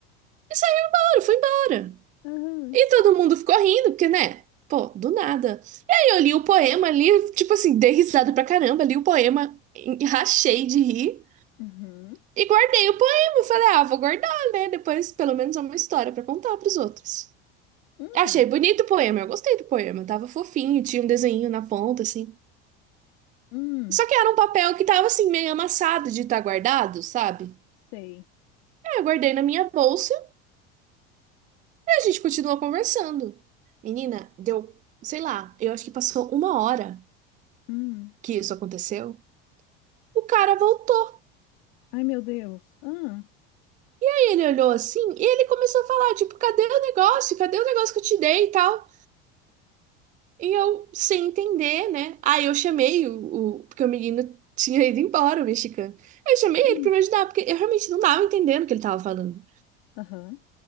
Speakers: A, on the right (about 25°); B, on the left (about 75°).
A: e saiu, foi embora.
B: aham,
A: E todo mundo ficou rindo, porque, né? Pô, do nada. E aí eu li o poema ali, tipo assim, dei risada pra caramba, li o poema, rachei de rir.
B: uhum,
A: E guardei o poema. Falei, ah, vou guardar, né? Depois, pelo menos, é uma história pra contar pros outros.
B: hum,
A: Achei bonito o poema, eu gostei do poema. Tava fofinho, tinha um desenho na ponta, assim.
B: hum,
A: Só que era um papel que tava, assim, meio amassado de estar guardado, sabe?
B: sei.
A: Aí eu guardei na minha bolsa e a gente continuou conversando. Menina, deu, sei lá, eu acho que passou uma hora
B: Hum.
A: que isso aconteceu. O cara voltou
B: Ai, meu Deus. Ah,
A: e ele olhou assim e ele começou a falar, tipo, cadê o negócio? Cadê o negócio que eu te dei e tal? E eu, sem entender, né? Aí eu chamei o, o- Porque o menino <laughs> tinha ido embora, o mexicano. Eu chamei ele
B: hum,
A: pra me ajudar, porque eu realmente não tava entendendo o que ele tava falando.
B: aham,